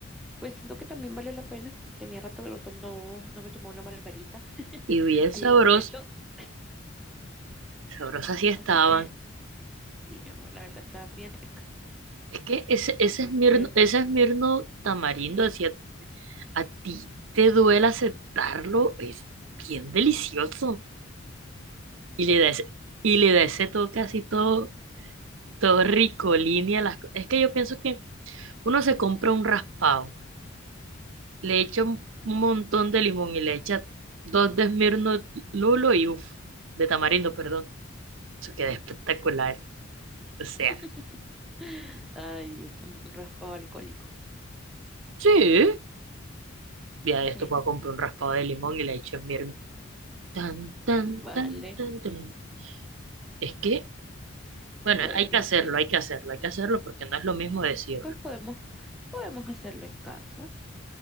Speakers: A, in the centre; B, on the right (about 65°).
A: Pues siento que también valió la pena. Tenía rato que no, tom- no, no me tomé una margarita.
B: y bien
A: Ayer
B: sabroso,
A: me tomé dos.
B: sabrosas sí estaban.
A: Así que sí, mi amor, la verdad estaban bien ricas.
B: Es que ese,
A: Entonces,
B: ese Esmirno, ese Esmirno tamarindo, así a, a ti te duele aceptarlo, es bien delicioso. Y le da ese, y le da ese toque así todo, todo rico, línea. Las, co- es que yo pienso que uno se compra un raspado Le echa un un montón de limón y le echa dos de Smirnoff Lulo y uff, de tamarindo, perdón. Eso queda espectacular. O sea,
A: <laughs> ay Dios, un un raspado alcohólico.
B: sí. Ya
A: Ok,
B: de esto puedo comprar un raspado de limón y le echo Smirnoff. Tan, tan,
A: vale.
B: tan, tan, tan. Es que, bueno,
A: Bueno,
B: hay que hacerlo,
A: cielo.
B: hay que hacerlo, hay que hacerlo porque no es lo mismo decirlo.
A: Pues podemos, podemos hacerlo en casa.